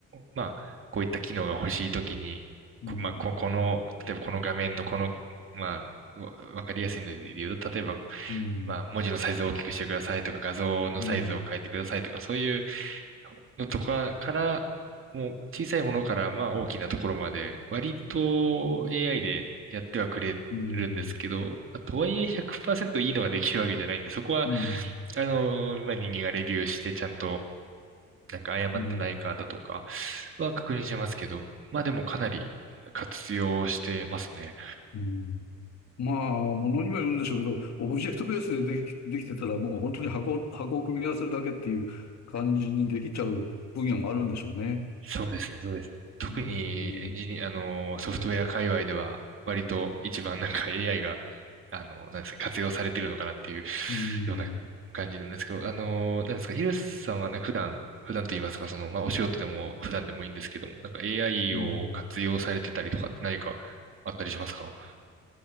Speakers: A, on the right; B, on the left.
A: まあ、こういった機能が欲しいときに、
B: うん。
A: こまあ、こ、この、例えばこの画面のこの、まあ、わわかりやすいので言うと、例えば、
B: うん。
A: まあ、文字のサイズを大きくしてくださいとか、画像のサイズを変えてくださいとか、
B: うん。うん。
A: そういうのとかから、もう小さいものからまあ大きなところまで、割と AI でやってはくれるんですけど、
B: うん。
A: まあ、とはいえ100%いいのができるわけじゃないんで、そこは、
B: うん。
A: あの、まあ、人間がレビューしてちゃんと、なんか誤ってないかだとか
B: うん。
A: は確認してますけど、まあでもかなり活用してますね。
B: うん。まあ、ものにもよるんでしょうけど、オブジェクトベースででき、できてたらもう本当に箱を、箱を組み合わせるだけっていう感じにできちゃう分野もあるんでしょうね。
A: そうですね、そうですね。特にエンジニア、
B: うん、
A: あのー、ソフトウェア界隈では、割と一番なんか AI が、あのー、なんですか、活用されてるのかなっていう
B: うん、
A: ような感じなんですけど、あのー、なんですか、ヒルさんはなんか普段、普段と言いますか、その、まあ、お仕事でも普段でもいいんですけども、なんか AI
B: うーん。
A: を活用されてたりとかって何かあったりしますか